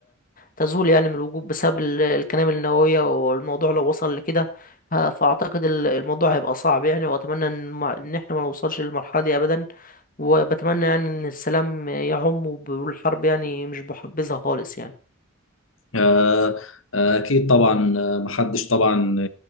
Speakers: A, on the left; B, on the left.
A: تزول يعني من الوجود بسبب ال- القنابل النوويه والموضوع لو وصل لكده ه- فاعتقد ال- الموضوع هيبقى صعب يعني واتمنى ان ما- إن احنا ما نوصلش للمرحله دي ابدا وبتمنى يعني ان السلام يعم والحرب يعني مش بحبذها خالص يعني
B: آه، آه، أكيد طبعا آه، محدش طبعا آه،